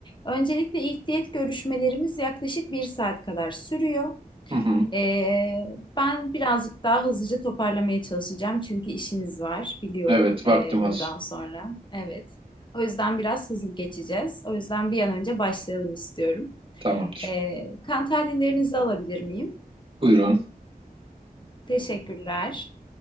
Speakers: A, on the left; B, on the right.
A: Öncelikle ilk diyet görüşmelerimiz yaklaşık bir saat kadar sürüyor.
B: Hı hı.
A: Ee, ben birazcık daha hızlıca toparlamaya çalışacağım çünkü işiniz var biliyorum
B: Evet, vaktim
A: ee,
B: az.
A: buradan sonra. Evet. O yüzden biraz hızlı geçeceğiz. O yüzden bir an önce başlayalım istiyorum.
B: Tamamdır.
A: Ee, kan tahlillerinizi alabilir miyim?
B: Buyurun.
A: Teşekkürler.